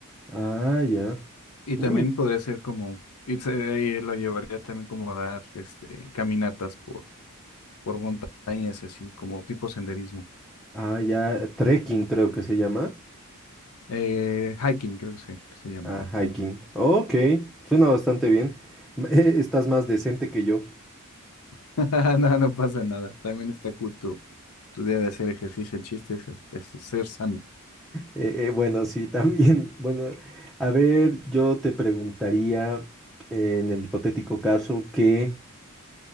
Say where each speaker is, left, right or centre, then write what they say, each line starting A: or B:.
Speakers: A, in the centre; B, on the left.
A: Ah, ya.
B: Y
A: Uy.
B: también podría ser como, y se- ahí lo llevaría también como a dar este, caminatas por, por montañas, así como tipo senderismo.
A: Ah, ya. Trekking creo que se llama.
B: Eh, hiking, creo que se, que se llama.
A: Ah, hiking. Ok, suena bastante bien. <laughs> Estás más decente que yo.
B: <laughs> No, no pasa nada. También está cool tu, tu día de hacer ejercicio. El chiste es, es ser sano.
A: Eh, eh, bueno, sí, también. <laughs> Bueno, a ver, yo te preguntaría eh, en el hipotético caso que